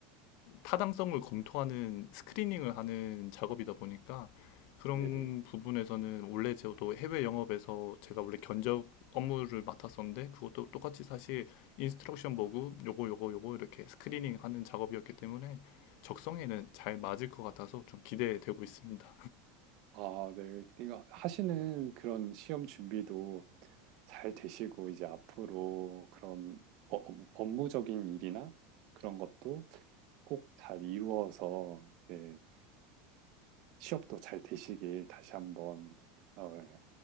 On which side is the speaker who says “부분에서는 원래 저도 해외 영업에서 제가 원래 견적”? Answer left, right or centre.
Left